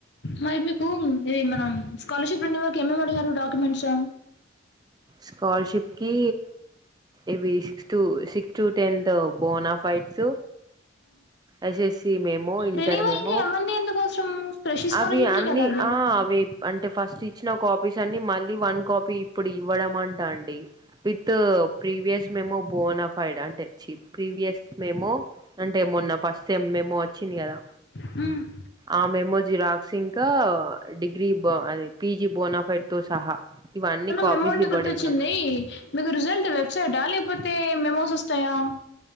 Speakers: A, on the left (about 60°); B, on the right (about 20°).
A: మరి మీకు ఇ మన స్కాలర్షిప్ ఇందులోకి ఏమేం ఏమేం అడిగారు డాక్యుమెంట్స్
B: స్కాలర్షిప్ కి ఇవి sixth six to tenth bonafides SSC memo inter
A: రెన్యువల్కి
B: మెమో
A: అవన్నీ ఎందుకు అవసరం ఫ్రెష్ స్కాలర్షిప్కి
B: అవి అన్ని
A: కదా అది
B: ఆ అవి అంటే ఫస్ట్ ఇచ్చిన కాపీస్ అన్ని మళ్ళీ వన్ కాపీ ఇప్పుడు ఇవ్వడం అంటా అండి విత్ ప్రీవియస్ మేమో బోనఫైడ్ అంటే చీప్ ప్రీవియస్ మేమో అంటే మోన్న ఫస్ట్ టైమ్ మేమో వచ్చింది కదా
A: హు
B: ఆ మెమో జిరాక్స్ ఇంకా డిగ్రీ బ అది పీజీ బోనాఫైడ్ తో సహా ఇవన్నీ కాపీస్
A: మెమో అంటే
B: ఇవ్వడమే
A: గుర్తొచ్చింది
B: అంట
A: మీకు రిజల్ట్ వెబ్సైటా లేకపోతే మెమోస్ వస్తాయా